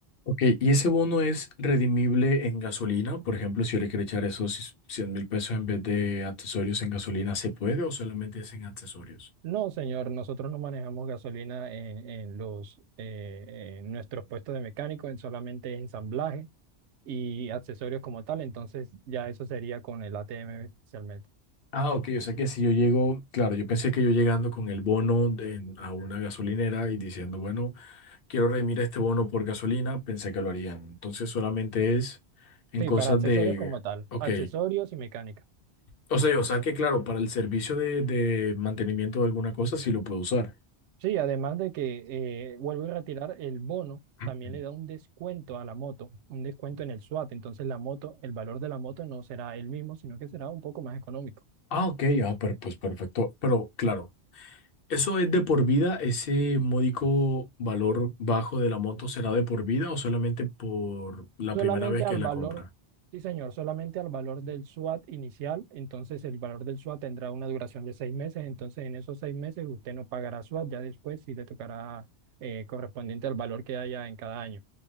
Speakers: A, on the left; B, on the right.
A: Ok, y ese bono es redimible en gasolina. Por ejemplo, si yo le quiero echar esos cien mil pesos en vez de accesorios en gasolina, ¿se puede o solamente es en accesorios?
B: No, señor, nosotros no manejamos gasolina en, en los, eh, en nuestros puestos de mecánico, en solamente ensamblaje y accesorios como tal, entonces ya eso sería con el ATM especialmente.
A: Ah, ok, o sea que si yo llego, claro, yo pensé que yo llegando con el bono de- a una gasolinera y diciendo, bueno, Quiero redimir este bono por gasolina, pensé que lo harían. Entonces solamente es en
B: Sí,
A: cosas
B: para accesorios
A: de,
B: como tal,
A: ok,
B: accesorios y mecánica.
A: o sea, o sea que claro, para el servicio de, de mantenimiento de alguna cosa sí lo puedo usar.
B: Sí, además de que eh, vuelvo a retirar el bono,
A: <clears throat>
B: también
A: Ujú.
B: le da un descuento a la moto, un descuento en el SWAT, entonces la moto, el valor de la moto no será el mismo, sino que será un poco más económico.
A: Ah, ok, ah, per- pues perfecto. Pero claro, ¿eso es de por vida? ¿Ese módico valor bajo de la moto será de por vida o solamente por la
B: Solamente
A: primera vez
B: al
A: que la
B: valor,
A: compra?
B: sí señor, solamente al valor del SWAT inicial. Entonces el valor del SWAT tendrá una duración de seis meses. Entonces en esos seis meses usted no pagará SWAT, ya después sí le tocará eh, correspondiente al valor que haya en cada año.